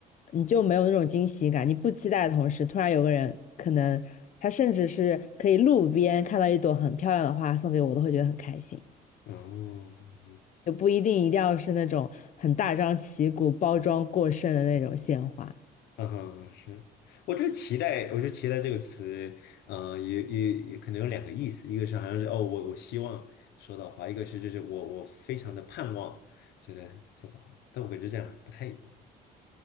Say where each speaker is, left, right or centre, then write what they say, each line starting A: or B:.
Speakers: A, on the left; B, on the left.
A: 你就没有那种惊喜感。你不期待的同时，突然有个人可能他甚至是可以路边看到一朵很漂亮的花送给我，我都会觉得很开心。
B: 哦，嗯
A: 也不一定一定要是那种很大张旗鼓、包装过剩的那种鲜花。
B: 嗯哼，是，我觉得期待，我觉得期待这个词，呃，也也也可能有两个意思，一个是好像是哦，我我希望说到话，一个是就是我我非常的盼望觉在说到话，但我感觉这样不太一样，